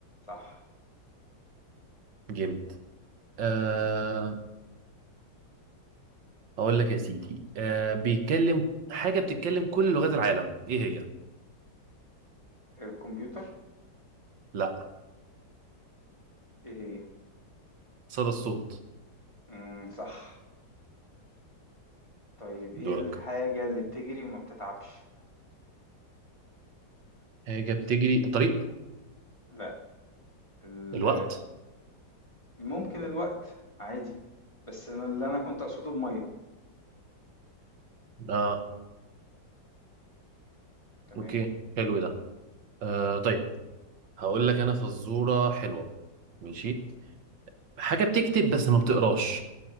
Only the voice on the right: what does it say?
جامد أه أقول لك يا سيدي أه بيتكلم حاجة بتتكلم كل لغات العالم إيه هي؟
لا
صدى الصوت
دورك
حاجة بتجري طريق
الوقت
آه
أوكي حلو ده أه طيب هقول لك أنا فزورة حلوة ماشي حاجة بتكتب بس ما بتقراش